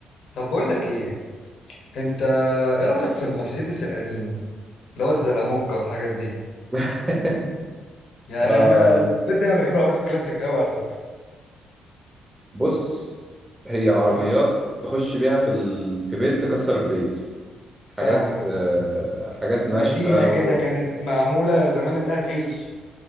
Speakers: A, on the left (about 65°); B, on the right (about 20°).
A: طب بقول لك ايه انت ايه رأيك في المرسيدس القديم اللي هو الزلاموكا والحاجات دي
B: <laughs>
A: يعني
B: آه
A: انا بجد انا بحب العربيات الكلاسيك قوي على فكرة
B: بص هي عربيات
A: آه.
B: تخش بيها في ال... في بيت تكسر البيت
A: فاهمك
B: حاجات
A: اه
B: آه حاجات ناشفة
A: متينة كده
B: و...
A: كانت معمولة زمان انها تعيش